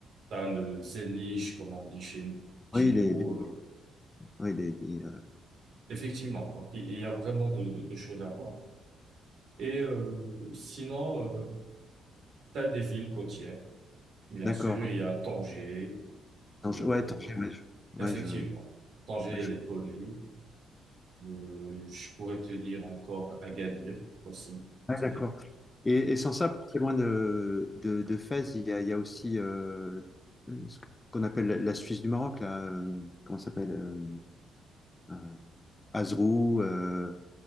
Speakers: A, on the right; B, on the left.
A: t'as le zélige, comme on dit chez, chez
B: oui,
A: nous.
B: les, les-
A: euh.
B: oui, les- les, euh,
A: effectivement, donc il il y a vraiment de, de, de choses à voir. Et euh, sinon, euh, t'as des villes côtières. Bien
B: d'accord.
A: sûr, il y a Tanger.
B: Attends,
A: euh,
B: je- Ouais, attends, je- ouais, je,
A: effectivement,
B: ouais, je-
A: Tanger,
B: ouais, je-
A: elle est connue. Euh, je pourrais te dire encore Agadir aussi.
B: ouais,
A: C'était
B: d'accord. Et, et sans ça, pas très loin de, de, de Fès, il y a, il y a aussi euh, ce qu'on appelle la, la Suisse du Maroc, là, euh, comment ça s'appelle euh, euh, Azrou, euh,